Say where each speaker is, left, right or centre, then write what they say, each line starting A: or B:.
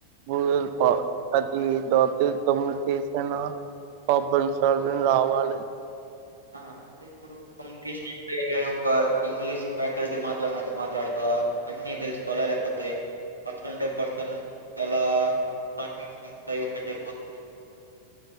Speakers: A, on the right (about 45°); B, on the right (about 85°).
A: <unintelligible> చేశాను ప్రాబ్లమ్ సాల్వింగ్ రావాలి
B: ఆ అంటే ఇప్పుడు కమ్యూనికేషన్ ఎంట్రే ఒక ఇంగ్లీష్ ఫ్యాకల్టీ మా ట్లాడిన్నట్టు మాట్లాడతా అన్ని తెలుసుకోవాలా లేకపోతే పర్సన్ టూ పర్సన్ ఎలా టాకింగ్ స్కిల్స్ అయి ఉంటే సరిపోతుందా